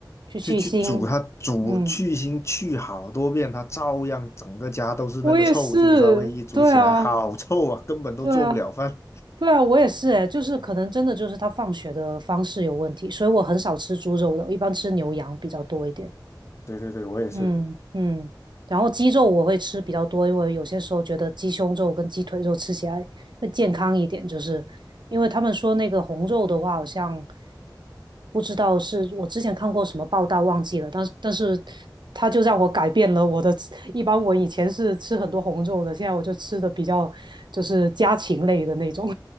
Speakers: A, on the right; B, on the left.
A: 去去腥，
B: 就去煮它，煮去腥去好多遍，
A: 嗯，
B: 它照样整个家都是那个臭猪烧味，
A: 我也是，
B: 一煮起来好臭啊，
A: 对啊，
B: 根本都做不了饭。
A: 对啊，对啊，我也是诶，就是可能真的就是他放血的方式有问题，所以我很少吃猪肉的，我一般吃牛羊比较多一点。
B: 对对对，我也是。
A: 嗯嗯，然后鸡肉我会吃比较多，因为有些时候觉得鸡胸肉跟鸡腿肉吃起来会健康一点，就是因为他们说那个红肉的话，好像不知道是我之前看过什么报道忘记了，但是但是它就让我改变了我的，<laughs> 一般我以前是吃很多红肉的，现在我就吃的比较就是家禽类的那种，